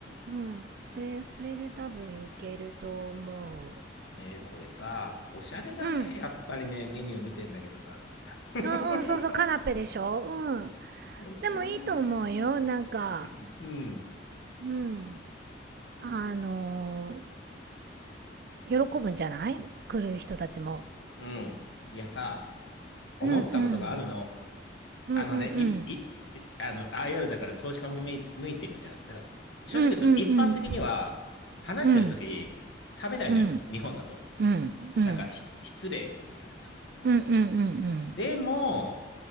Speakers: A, on the right; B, on the left.
A: うん。それ、それで多分いけると思う。
B: ねえ、これさ、おしゃれだね。
A: うん。
B: やっぱりね、メニュー見てんだけどさ。<laughs>
A: あ、うん、そうそう、カナペでしょうん。
B: おしゃれー。
A: でもいいと思うよ。なんか、
B: うん、
A: うん。あのー喜ぶんじゃない来る人たちも。
B: うん。いやさ、思ったことがあるの。
A: うんうん。うんうんうん。
B: あのね、い、い、あの、IR だから投資家向けミーミーティングじゃん。だから、正直言うと一般的には、
A: うんうんうん。
B: 話してるとき、
A: うん。
B: 食べないのよ。
A: うん。
B: 日本だと。
A: うん、うん。
B: なんか、ひ失礼みたいなさ。
A: うん、うん、うん、うん。
B: でも、